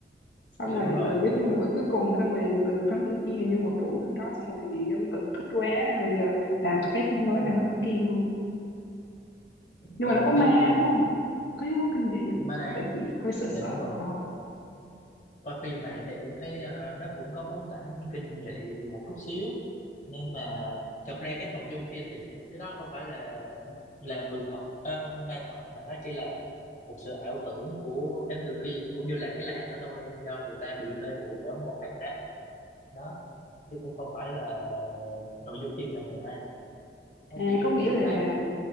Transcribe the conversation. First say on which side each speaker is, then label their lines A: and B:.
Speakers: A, on the left (about 70°); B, on the left (about 40°).
A: xong
B: dạ
A: rồi
B: đúng rồi
A: từ cái
B: hiệu
A: phim
B: ứng
A: người
B: của
A: vợ
B: em
A: cuối cùng
B: coi
A: xong rồi từ Thám Tử Kiên là nhân vật phụ phim đó xong rồi dân tình thích quá nên rồi giờ làm cái phim mới về
B: Ừ.
A: Thám Tử Kiên luôn nhưng
B: em
A: mà nó có ma
B: thấy phim
A: đúng không có yếu tố kinh dị không
B: ma
A: tại chị hơi sợ
B: dạ
A: sợ
B: đúng rồi
A: Ờ.
B: qua phim này thì em thấy ờ, nó cũng có bối cảnh kinh dị một chút xíu nhưng mà thật ra cái nội dung phim thì cái đó không phải là là người thật ờ, ma thật mà nó chỉ là một sự ảo tưởng của Thám Tử Kiên cũng như là cái làng đó thôi do người ta bị mê muội bởi một thầy pháp đó chứ cũng không phải là nội dung phim là về ma nó
A: à
B: chỉ
A: có
B: là
A: nghĩa
B: trinh
A: là
B: thám